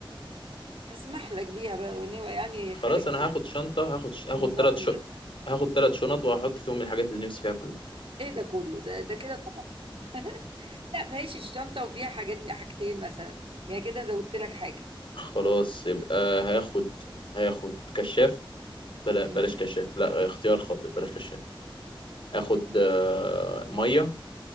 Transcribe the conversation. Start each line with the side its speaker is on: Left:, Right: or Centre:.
Right: هسمح لك بيها بقى يعني
Left: خلاص
Right: خارج
Left: انا هاخد شنطه هاخد هاخد
Right: نظام
Left: ثلاث ش... هاخد ثلاث شنط وهحط فيهم الحاجات اللي نفسي فيها كلها
Right: ايه ده كله ده ده كده طبعا <laughs> لا ما هيش الشنطه وفيها حاجات حاجتين مثلا يعني كده زودت لك حاجه
Left: خلاص يبقى هاخد هاخد كشاف بلا بلاش
Right: امم
Left: كشاف لا اختيار خاطئ بلاش كشاف هاخد آه، ميه